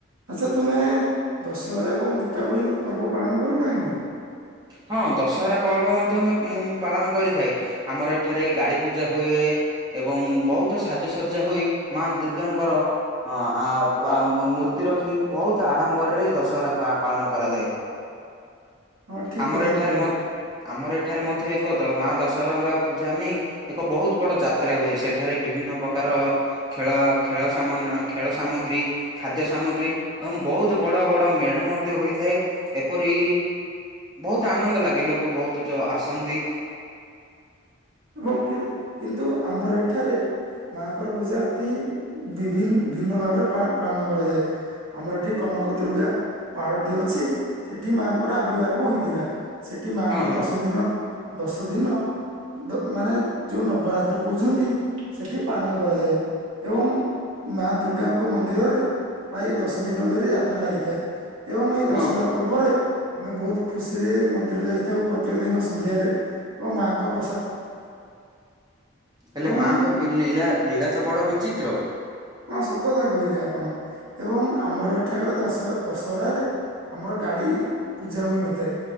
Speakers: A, on the right (about 75°); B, on the right (about 20°).
A: ଆଚ୍ଛା ତୁମେ ଦଶହରା ଏବଂ ଦୀପାବଳି ପର୍ବ ପାଳନ କରୁନାଁ କି?
B: ହଁ ଦଶହରା ପର୍ବ ମଧ୍ୟ ମ ମୁଁଁ ପାଳନ କରିଥାଏ। ଆମର ଏଠାରେ ଗାଡି ପୂଜା ହୁଏ। ଏବଂ ବହୁତ ସାଜସଜ୍ଜା ହୋଇ ମା ଦୁର୍ଗାଙ୍କର ହଁ ଆ ପା ମୂର୍ତ୍ତି ରଖି ବହୁତ ଆଡ଼ମ୍ବରରେ ଦଶହରା ପା ପାଳନ କରାଯାଏ।
A: ହଁ ଠିକ
B: ଆମର
A: କଥା
B: ଏଠାରେ
A: କହିଲ
B: ମଦ୍ ଆମର ଏଠାରେ ମଧ୍ୟ ଏକ ଦ ମା ଦଶହରାଙ୍କ ପୂଜା ନେଇ ଏକ ବହୁତୁ ବଡ ଯାତ୍ରା ହୁଏ ସେଠାରେ ବିଭିନ୍ନ ପ୍ରକାର ଖେଳ ଖେଳ ସମନ୍ ଖେଳ ସାମଗ୍ରୀ ଖାଦ୍ୟ ସାମଗ୍ରୀ ଏବଂ ବହୁତ ବଡ଼ ବଡ଼ ମେଢ଼ ମଧ୍ୟ ହୋଇଥାଏ। ଏପରି ବହୁତ ଆନନ୍ଦ ଲାଗେ ଲୋକ ବହୁତ ଯ ଆସନ୍ତି।
A: ଏବଂ କି କିନ୍ତୁ ଆମର ଏଠାରେ ମାଙ୍କର ପୂଜା ଅତି ବିଭି ଭିନ୍ନ ଭାବରେ ପା ପାଳନ କରାଯାଏ। ଆମର ଏଠି କନକ ଦୁର୍ଗା ପାହାଡଟି ଅଛି। ସେଠି ମାଙ୍କର ଆବିର୍ଭାବ ହୋଇଥିଲା। ସେଠି ମାଆଙ୍କ
B: ହଁ ହଁ
A: ଦଶ ଦିନ ଦଶ ଦିନ ମାନେ ଯୋଉ ନବରାତ୍ର କହୁଛନ୍ତି ସେଠି ପାଳନ କରାଯାଏ। ଏବଂ ମା ଦୁର୍ଗାଙ୍କ ମନ୍ଦିରରେ ପ୍ରାୟ ଦଶ ଦିନ ଧରି ଯାତ୍ରା ଲାଗିଥାଏ। ଏବଂ ଏଇ
B: ହଁ
A: ଦଶର ପର୍ବରେ ଆମେ ବହୁତ ଖୁସିରେ ମନ୍ଦିର ଯାଇଥାଉ ପ୍ରତ୍ୟେକ ଦିନ ସନ୍ଧ୍ୟାରେ, ଏବଂ ମାଆଙ୍କ କ
B: ହେଲେ
A: ଏବଂ
B: ମାଙ୍କ ଲୀଳା ଲୀଳା ତ ବଡ଼ ବିଚିତ୍ର।
A: ହଁ ସତତା କହିଲେ ଆପଣ। ଏବଂ ଆମର ଏଠାକ ଦଶ ଦଶହରାରେ ଆମର ଗାଡ଼ି ପୂଜା ହୋଇନଥାଏ।